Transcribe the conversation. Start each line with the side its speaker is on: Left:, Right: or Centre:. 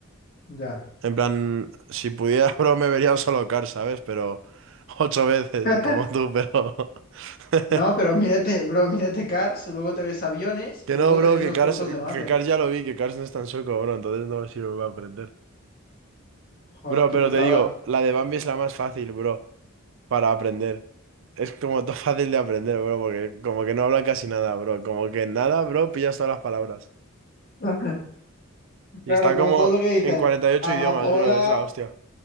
Left: Ya.
Right: En plan, si pudiera, <laughs> bro, me vería un solo car, ¿sabes? Pero <laughs> ocho veces,
Left: <laughs>
Right: como tú, pero... <laughs>
Left: No, pero mírate, bro, mírate Cars, luego te ves aviones
Right: Que
Left: y luego
Right: no, bro,
Left: te ves los
Right: que
Left: cortos
Right: Cars,
Left: de mate.
Right: que Cars ya lo vi, que Cars no es tan sueco, bro, entonces no me sirve para aprender.
Left: Joder,
Right: Bro,
Left: qué
Right: pero
Left: putada.
Right: te digo, la de Bambi es la más fácil, bro, para aprender. Es como todo <laughs> fácil de aprender, bro, porque como que no hablan casi nada, bro. Como que en nada, bro, pillas todas las palabras.
Left: <laughs> Claro,
Right: Y está
Left: como
Right: como
Left: todo lo que dicen,
Right: en 48
Left: amapola,
Right: idiomas, bro, es la hostia.